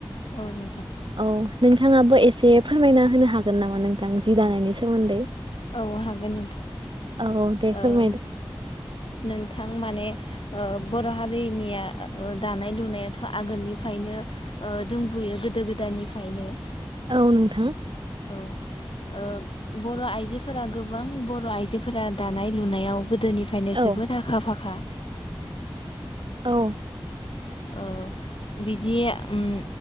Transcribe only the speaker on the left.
औ नोंथां
औ हागोन
ओम
नोंथां माने ओ बर' हारिनिया दानाय लुनायाथ' आगोलनिफ्रायनो ओ दंबोयो गोदो गोदायनिफायनो।
ओ बर' आइजोफोरा गोबां बर' आइजोफोरा दानाय लुनायाव गोदोनिफायनो
जोबोद आखा फाखा
ओ बिदि उम